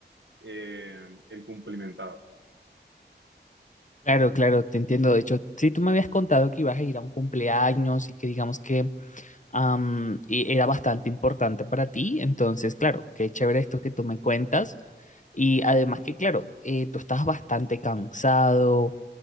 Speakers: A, on the right; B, on the left.
A: eh, el cumplimentado.
B: Claro, claro, te entiendo. De hecho, sí, tú me habías contado que ibas a ir a un cumpleaños y que digamos que am, y era bastante importante para ti. Entonces, claro, qué chévere esto que tú me cuentas. Y además que, claro, eh, tú estás bastante cansado.